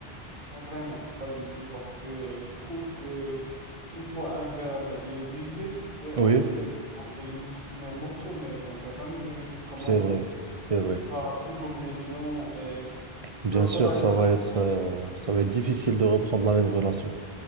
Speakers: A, on the right; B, on the right.
A: en vrai, non, pas du tout, parce que je trouve que une fois un verre, il est brisé, ouais,
B: Oui,
A: on essaie de couper les mous- mais un morceau, mais ça ne va jamais devenir comme
B: c'est
A: avant.
B: vrai. C'est vrai.
A: Tu seras toujours méfiant et tu
B: Bien
A: vas pas
B: sûr, ça
A: être...
B: va être, euh, ça va être difficile de reprendre la même relation.